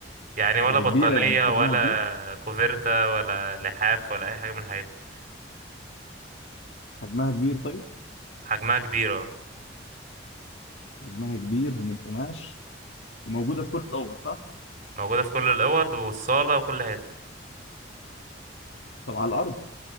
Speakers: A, on the right (about 45°); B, on the left (about 80°).
A: يعني ولا
B: هي
A: بطانية
B: كبيرة يعني حجمها
A: ولا
B: كبير
A: كوفيرتا ولا لحاف ولا اي حاجة من الحاجات دي.
B: حجمها كبير طيب
A: حجمها كبير اه
B: حجمها كبير ومن قماش وموجودة في كل الاوض صح
A: موجودة في كل الأوض والصالة وكل حتة
B: طب على الارض